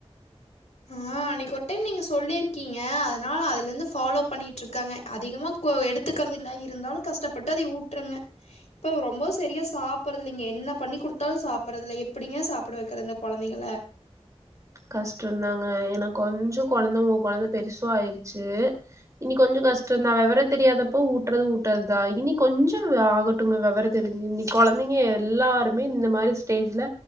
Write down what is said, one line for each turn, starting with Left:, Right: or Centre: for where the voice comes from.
Left: ஆஹ் அன்னைக்கு ஒருட்டடைம் நீங்க சொல்லிருக்கீங்க அதனால அதுல இருந்து ஃபாலோ பண்ணிட்டு இருக்காங்க அதிகமா எடுத்துக்கறத இல்ல்ல இருந்தாலும் கஷ்டப்பட்டு அதை ஊட்டுருங்க இப்ப ரொம்ப சரியா சாப்பறதுில்ல்லைங்க என்ன பண்ணி குடுத்தாலும் சாப்படுறதுல்ல எப்டிங்க சாப்பிட வைக்கிறதுது இந்த கொழந்தைக
Right: கஷ்டம் இருந்தாங்க எனக்கு கொஞ்சோ குழந்த உங்க கொழந்தை பெருசும் ஆயிடுச்சு இனி கொஞ்சோ கஷ்டம் இருந்தா விவர தெரியாதப்ப ஊட்டுறது ஊட்டுறதுதா இனி கொஞ்சோ ஆகட்டும்ங்க விவர தெரிஞ்சு இனி கொழந்தைங்க எல்லாருமே இந்த மாரி ஸ்டேஜ்ல